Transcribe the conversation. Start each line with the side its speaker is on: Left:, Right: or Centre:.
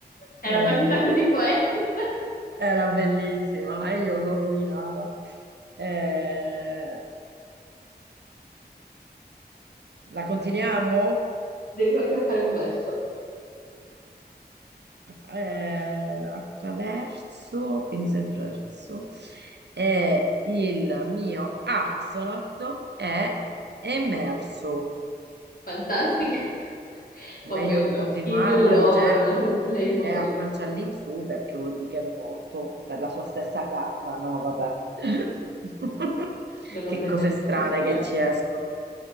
Left: È una
Right: Eh.
Left: partita così poetica.
Right: Era bellissima e io l'ho rovinata. Eh, La continuiamo?
Left: Devi ancora fare un verso.
Right: Eh, attraverso, quindi sempre verso, e il mio axolotl è emerso.
Left: Fantastica. <laughs>
Right: Meglio
Left: Ma poi
Right: non continuarla
Left: in loro
Right: dicendo
Left: le, le emozioni.
Right: che è a pancia all'insù perché vuol dire che è morto per la sua stessa cacca. No, vabbè. <laughs>
Left: Non ho
Right: Che
Left: presente
Right: cose strane
Left: come sia.
Right: che ci escono.